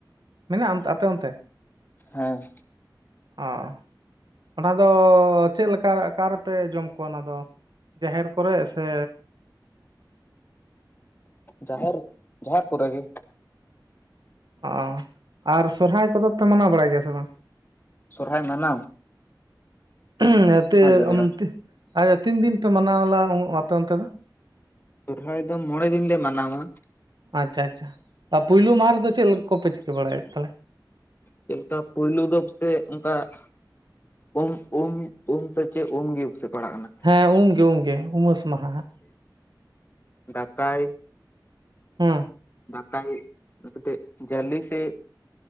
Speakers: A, on the right; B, on the left.
A: ᱢᱮᱱᱟᱜᱼᱟ ᱟᱯᱮ ᱚᱱᱛᱮ
B: ᱦᱮᱸ
A: ᱚ ᱚᱱᱟ ᱫᱚ ᱪᱮᱫ ᱞᱮᱠᱟ ᱟᱠᱟᱨ ᱯᱮ ᱡᱚᱢ ᱠᱚᱣᱟ ᱚᱱᱟ ᱫᱚ ᱾ ᱡᱟᱦᱮᱨ ᱠᱚᱨᱮ ᱥᱮ᱾
B: ᱡᱟᱦᱮᱨ ᱡᱟᱦᱮᱨ ᱠᱚᱨᱮ ᱜᱮ ᱾
A: ᱚ ᱟᱨ ᱥᱚᱨᱦᱟᱭ ᱠᱚᱫᱚ ᱯᱮ ᱢᱟᱱᱟᱣ ᱵᱟᱲᱟᱭ ᱜᱮᱭᱟ ᱥᱮ ᱵᱟᱝ ᱾
B: ᱥᱚᱨᱚᱦᱟᱭ ᱢᱟᱱᱟᱣ
A: <unintelligible>
B: ᱚᱱᱟ ᱡᱟᱹᱨᱩᱲᱟ
A: ᱛᱤᱱᱫᱤᱱ ᱯᱮ ᱢᱟᱱᱟᱣᱞᱟ ᱟᱯᱮ ᱚᱱᱛᱮ ᱫᱚ?
B: ᱥᱚᱨᱦᱟᱭ ᱫᱚ ᱢᱚᱬᱮ ᱫᱤᱱ ᱞᱮ ᱢᱟᱱᱟᱣᱟ ᱾
A: ᱟᱪᱪᱷᱟ ᱟᱪᱪᱷᱟ ᱟᱨ ᱯᱩᱭᱞᱩ ᱢᱟᱦᱟ ᱨᱮᱫᱚ ᱪᱮᱞ ᱠᱚᱯᱮ ᱪᱤᱠᱟᱹ ᱵᱟᱲᱟᱭᱮᱫ ᱛᱟᱦᱚᱞᱮ ᱾
B: ᱪᱮᱞᱠᱟ ᱯᱩᱭᱞᱩᱯ ᱫᱚᱯ ᱥᱮ ᱚᱱᱠᱟ ᱾ ᱩᱢ ᱩᱢ ᱩᱢ ᱥᱮ ᱪᱮᱫ ᱩᱢᱜᱮ ᱩᱥᱮᱵ ᱯᱟᱲᱟᱜ ᱠᱟᱱᱟ ᱾
A: ᱦᱮᱸ ᱩᱢᱜᱮ ᱩᱢᱜᱮ ᱩᱢᱟᱹᱥ ᱢᱟᱦᱟ ᱾
B: ᱰᱟᱠᱟᱭ
A: ᱦᱩᱸ
B: ᱰᱟᱠᱟ ᱜᱮᱡ ᱡᱟᱹᱞᱤ ᱥᱮ <unintelligible>